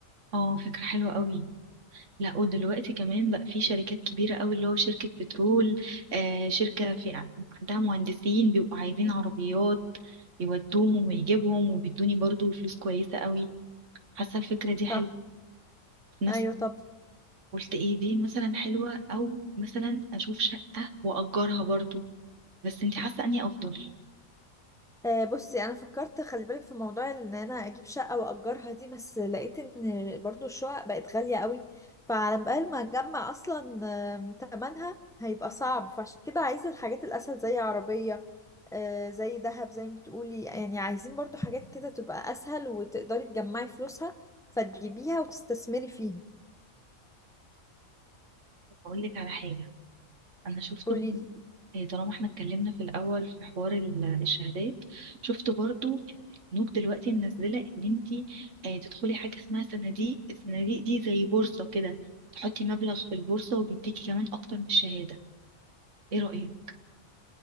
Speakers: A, on the right (about 65°); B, in the centre.
A: اه فكرة حلوة قوي لا ودلوقتي كمان بقى في شركات كبيرة قوي اللي هو شركة بترول آه شركة في عندها مهندسين بيبقوا عايزين عربيات يودوهم ويجيبهم وبيدوني برضو فلوس كويسة قوي حاسة الفكرة دي حلوة
B: صح
A: ناس
B: أيوة طب
A: قلت ايه دي مثلا حلوة او مثلا اشوف شقة واجرها برضو بس انت حاسة اني افضل
B: آه، بصي انا فكرت خلي بالك في موضوع ان انا اجيب شقه واجرها دي بس لقيت ان برضو الشقق بقت غاليه قوي فعلى بال ما اجمع اصلا آم، تمنها هيبقى صعب فعشان كده عايزه الحاجات الاسهل زي عربيه آه، زي ذهب زي ما بتقولي يعني عايزين برضو حاجات كده تبقى اسهل وتقدري تجمعي فلوسها فتجيبيها وتستثمري فيها
A: اقول لك على حاجه انا شفت
B: قوليلي
A: ب- إيه، طالما احنا اتكلمنا في الاول في حوار ال- الشهادات شفت برضو ان البنوك دلوقتي منزله ان انت آه، تدخلي حاجه اسمها صناديق الصناديق دي زي بورصه كده تحطي مبلغ في البورصه وبيديكي كمان اكتر من الشهاده ايه رايك